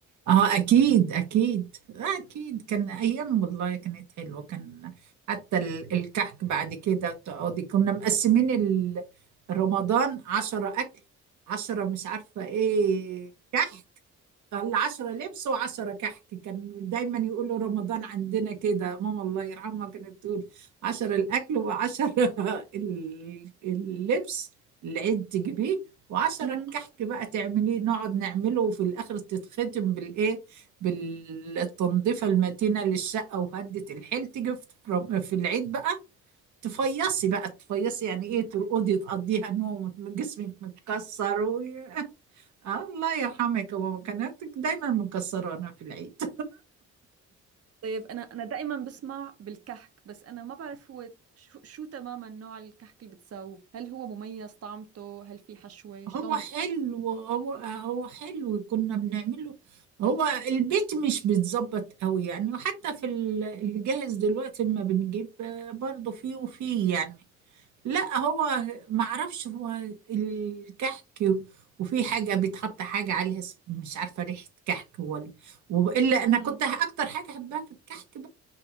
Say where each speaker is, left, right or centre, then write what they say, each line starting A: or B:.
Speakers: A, on the right; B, on the right.
A: اه اكيد اكيد آه اكيد كان ايام والله كانت حلوه كان حتى ال- الكحك بعد كده تقعدي كنا مقسمين ال- رمضان عشرة اكل عشرة مش عارفه ايه كحك العشرة لبس وعشرة كحك كان دايما يقولوا رمضان عندنا كده ماما الله يرحمها كانت تقول عشرة الأكل وعشرة <laughs> ال- اللبس العيد تجيبيه وعشرة
B: امم
A: الكحك بقى تعمليه نقعد نعمله وفي الآخر تتختم بالإيه بالتنظيفة المتينة للشقة وهدة الحيل تيجي في رم- في العيد بقى تفيصي بقى تفيصي يعني إيه ترقدي تقضيها نوم وجسمك متكسر آه الله يرحمك هو كانت دايما مكسرانا في العيد
B: طيب انا انا دائما بسمع بالكحك بس انا ما بعرف هو شو, شو تماما نوع الكحك اللي بتساووه هل هو مميز طعمته هل في حشوة
A: <laughs>
B: شلون
A: هو حلو
B: بتس...
A: هو هو حلو كنا بنعمله هو البيت مش بيتظبط قوي يعني وحتى في ال- الجاهز دلوقتي ما بنجيب آه، برضه فيه وفيه يعني لا هو معرفش هو الكحك وفي حاجة بيتحط حاجة عليها اس- مش عارفة ريحة كحك ولا وإلا أنا
B: مم.
A: كنت أكتر حاجة أحبها في الكحك